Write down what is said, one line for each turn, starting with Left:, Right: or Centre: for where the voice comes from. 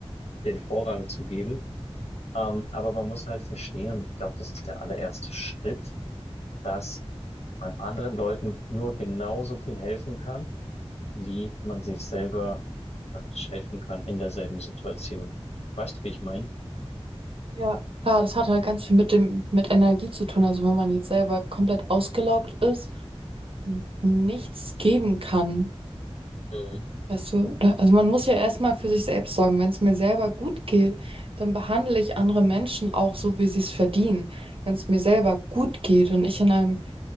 Left: den Vorrang zu geben. Ähm, aber man muss halt verstehen, und ich glaube, das ist der allererste Schritt, dass man anderen Leuten nur genauso viel helfen kann, wie man sich selber praktisch helfen kann in derselben Situation. Weißt du, wie ich meine?
Right: ja, klar, das hat halt ganz viel mit dem, mit Energie zu tun. Also wenn man jetzt selber komplett ausgelaugt ist und nichts geben kann,
Left: Mhm.
Right: Weißt du, oder, also man muss ja erstmal für sich selbst sorgen. Wenn es mir selber gut geht, dann behandle ich andere Menschen auch so, wie sie es verdienen. Wenn es mir selber gut geht und ich in einem